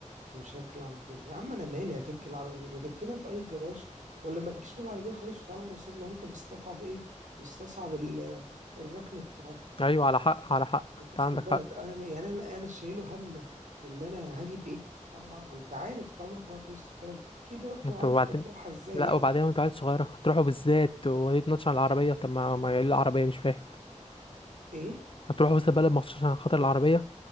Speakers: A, on the right; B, on the left.
A: ومش هركن العربيه فين يا عم انا مالي هتركن العربيه فين ما تركنها في اي جراج ولا ما تجيش بالعربيه خلاص وتعالى مواصلات لو انت مستصعب ايه مستصعب ال- الركنه بتاعت
B: ايوه على حق على حق
A: مدرسه
B: انت عندك
A: البلد
B: حق
A: انا ما- يعني انا انا شايله هم ان انا هجيب ايه اما ما انت عارف انت عمرك ما رحت وسط البلد اكيد رحت
B: انت
A: وعارف
B: وبعدين
A: انت بتروحها ازاي
B: لا
A: يعني
B: وبعدين وانت عيل صغيره هتروحوا بالذات ودي تنطش على العربيه طب ما ما يقول العربيه مش فاهم
A: ايه
B: هتروحوا وسط البلد مخصوص عشان خاطر العربيه